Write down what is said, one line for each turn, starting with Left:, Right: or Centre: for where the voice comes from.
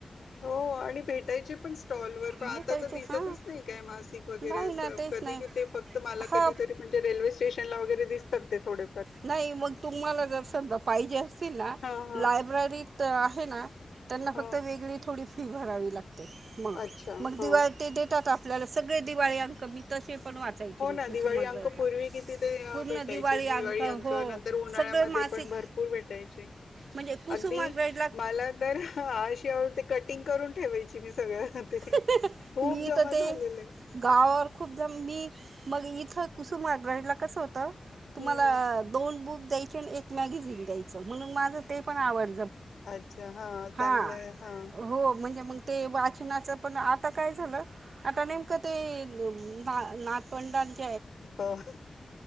Left: हो आणि भेटायची पण स्टॉल वर पण
Right: भेटायचे
Left: आता तर दिसतच
Right: हां
Left: नाही काय मासिक वगैरे
Right: नाही
Left: वगैरे असं
Right: ना तेच
Left: कधी
Right: नाही
Left: कि फक्त मला
Right: हा
Left: कधीतरी म्हणजे रेल्वे स्टेशनला वगैरे दिस तात ते थोडे
Right: नाही मग तुम्हाला जर समजा पाहिजे असतील ना
Left: हा हा
Right: लायब्ररीत आहे ना त्यांना
Left: हा
Right: फक्त वेगळी थोडी फी भरावी लागते ते मग
Left: अच्छा
Right: मग
Left: हा
Right: दिवाळी ते देतात आणू आपल्याला सगळे दिवाळी अंक मितच ण वाचाय
Left: हो
Right: म
Left: ना
Right: कुसुमाग्रथा
Left: दिवाळी अंक पूर्वी किती ते अ,
Right: पूर्ण
Left: भेटायचे
Right: दिवाळी
Left: दिवाळी अंक
Right: हो
Left: नंतर उन्हाळ्यामध्ये
Right: सगळे मासिक
Left: पण भरपूर भेटायचे
Right: म्हणजे कुसुमाग्रजला
Left: अगदी मला तर अ अशी आवडते कटिंग करून ठेवायची मी सगळं ते
Right: हहह
Left: खूप
Right: मी
Left: जमा
Right: तर
Left: झालेलं
Right: ते
Left: आहे.
Right: गावावर खूप जण मी मग इथं कुसुमग्रहीला कसं होतं होत तुम्हाला
Left: हम्म हम्म.
Right: दोन बुक एक द्यायचे आणि एक मॅगझिन द्यायचे म्हणून मला ते पण आवड
Left: अच्छा
Right: हा
Left: चांगलंय हा
Right: हो म्हणजे मग ते वाच वाचनाचं पण आता काय झालं आता नेमकं ते ना नाथपंथातात
Left: हो